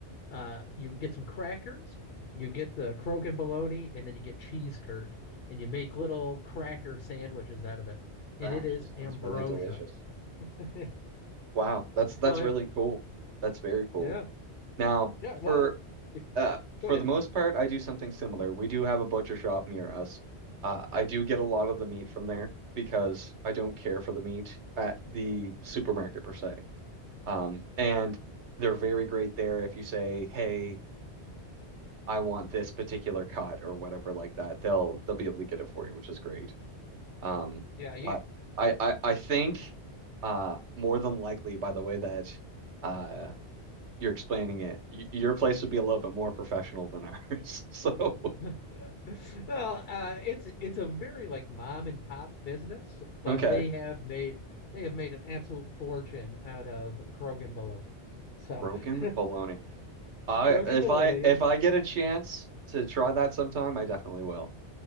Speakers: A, on the left (about 60°); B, on the right (about 75°).
A: Uh, you get some crackers, you get the Krogan bologna, and then you get cheese curd, and you make little cracker sandwiches out of it, and
B: That
A: it
B: actually
A: is ambrosia.
B: sounds really delicious.
A: <laughs>
B: Wow, that's that's
A: well, if
B: really cool. That's very cool.
A: yeah,
B: Now,
A: Yeah, well,
B: for
A: if, if
B: uh
A: go
B: for
A: ahead.
B: the most part, I do something similar. We do have a butcher shop near us. Uh, I do get a lot of the meat from there because I don't care for the meat at the supermarket per se. Um, and they're very great there if you say, "Hey, I want this particular cut or whatever like that." They'll they'll be able to get it for you, which is great. Um,
A: Yeah,
B: but
A: you
B: I I, I think uh more than likely by the way that. uh you're explaining it. Y your place would be a little bit more professional than ours. <laughs> So,
A: <laughs> well, uh it's it's a very like mom and pop business, but
B: okay.
A: they have made they have made an absolute fortune out of Krogan bologna. So
B: Krogan
A: <laughs>
B: bologna. I
A: Krogan
B: if
A: bologna,
B: I
A: yeah.
B: if I get a chance to try that sometime, I definitely will.